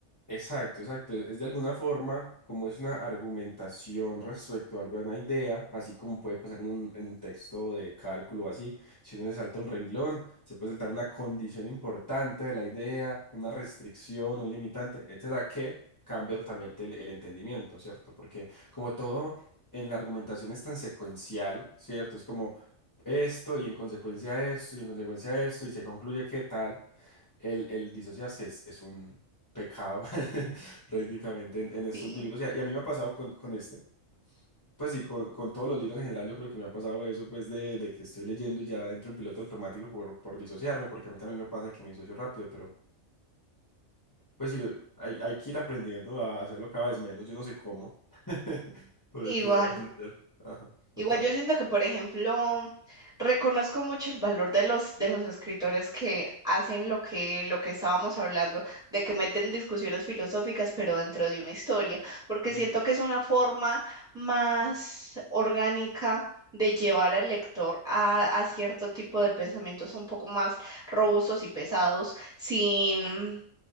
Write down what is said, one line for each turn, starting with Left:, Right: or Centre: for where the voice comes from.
Left: Exacto, exacto. Es de alguna forma como es una argumentación respecto a alguna idea, así como puede pasar en un, en un texto de cálculo o así. Si uno se salta un renglón, se puede saltar una condición importante de la idea, una restricción, un limitante, etcétera, que cambia totalmente el, el entendimiento, ¿cierto? Porque como todo en la argumentación es tan secuencial, ¿cierto? Es como esto y en consecuencia esto y en consecuencia esto y se concluye que tal. El, el disociarse es, es un pecado <laughs> prácticamente en, en estos
Centre: Sí,
Left: libros. Y a, y a mí me ha pasado con, con este. Pues sí, con, con todos los libros en general yo creo que me ha pasado eso, pues de, de que estoy leyendo y ya entro en piloto automático por, por disociarme, porque a mí también me pasa que me disocio rápido, pero pues sí, lo- hay, hay que ir aprendiendo a hacerlo cada vez menos. Yo no sé cómo, <laughs> pero
Centre: igual.
Left: hay que aprender. Ajá, contame.
Centre: Igual yo siento que, por ejemplo, reconozco mucho el valor de los, de los escritores que hacen lo que, lo que estábamos hablando, de que meten discusiones filosóficas, pero dentro de una historia, porque
Left: Ujú.
Centre: siento que es una forma más orgánica de llevar al lector a, a cierto tipo de pensamientos un poco más robustos y pesados, sin